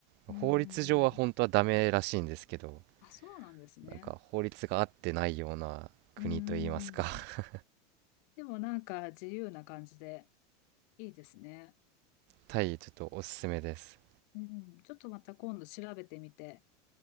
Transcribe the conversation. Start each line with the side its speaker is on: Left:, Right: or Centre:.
Right: 法律上は本当はダメらしいんですけど、
Left: うんうんうん。あ、そうなんですね。
Right: なんか法律が合ってないような国といいますか、
Left: うんうんうん。
Right: <laughs>
Left: でもなんか自由な感じで。いいですね。
Right: タイちょっとおすすめです。
Left: うん。ちょっとまた今度調べてみて